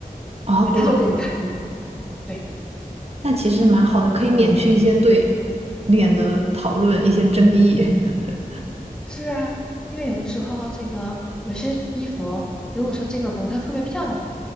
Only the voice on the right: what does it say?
哦，
不露。
那其实蛮好的，可以免去一些对脸的讨论，一些争议。<laughs>